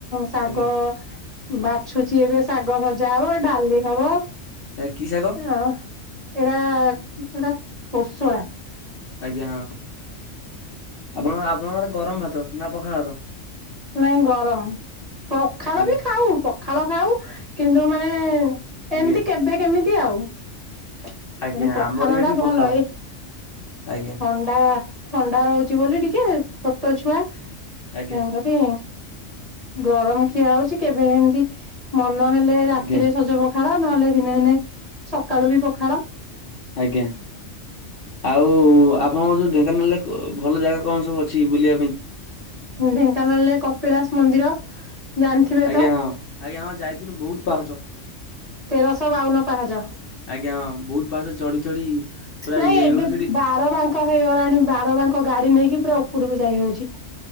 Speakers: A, on the right; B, on the left.
A: ଶାଗ
B: ଆଜ୍ଞା
A: ବାଛୁଛି ଏବେ ଶାଗ ଭଜା ହବ, ଡାଲି ହବ।
B: ଏ କି ଶାଗ
A: ହଁ ଏଟା ଏଟା କୋଶଳା।
B: ଆଜ୍ଞା ହଁ ଆପଣ ଆପଣଙ୍କ ଆଡେ, ଗରମ ଭାତ ନା ପଖାଳ ଭାତ?
A: ନାଇଁ ଗରମ, ପଖାଳ
B: ଆଜ୍ଞା
A: ବି ଖାଉ ପଖାଳ ଖାଉ କିନ୍ତୁ ମାନେ
B: ଆଜ୍ଞା
A: ଏମିତି କେବେ କେମିତି ଆଉ? କିନ୍ତୁ
B: ଆଜ୍ଞା
A: ପଖାଳ
B: ଆମର ବି ଏଠି
A: ଟା ଭଲ,
B: ପଖାଳ।
A: ଏ
B: ଆଜ୍ଞା
A: ଥଣ୍ଡା ଥଣ୍ଡା ରହୁଛି ବୋଲି ଟିକେ, ଛୋଟ ଛୁଆ ତେଣୁକରି
B: ଆଜ୍ଞା
A: ଗରମ ଖିଆ ହଉଛି, କେବେ ଏମିତି ମନ ହେଲେ ରାତିରେ
B: ଆଜ୍ଞା
A: ସଜ ପଖାଳ। ନହେଲେ, ଦିନେ ଦିନେ ସକାଳୁ ବି ପଖାଳ।
B: ଆଜ୍ଞା। ଆଉ ଆପଣଙ୍କର ଯୋଉ ଢେଙ୍କାନାଳରେ, ଭଲ ଜାଗା କଣ ସବୁ ଅଛି ବୁଲିବା ପାଇଁ?
A: ଢେଙ୍କାନାଳରେ କପିଳାସ ମନ୍ଦିର ଜାଣିଥିବେ
B: ଆଜ୍ଞା
A: ତ
B: ହଁ, ଆଜ୍ଞା ହଁ ଯାଇଥିଲୁ ବହୁତ ପାହାଚ।
A: ତେରଶହ ବାଉନ ପାହାଚ।
B: ଆଜ୍ଞା ହଁ ବହୁତ ପାହାଚ ଚଢି ଚଢି ପୁରା
A: ନାଇଁ
B: ଇଏ ହେଇଗଲୁ
A: ଏବେ
B: ସେଠି
A: ବାର ବାଙ୍କ ହେଇଗଲାଣି, ବାର ବାଙ୍କ ଗାଡି ନେଇକି ପୁରା ଓ ଓପରୁକୁ ଯାଇ ହଉଛି।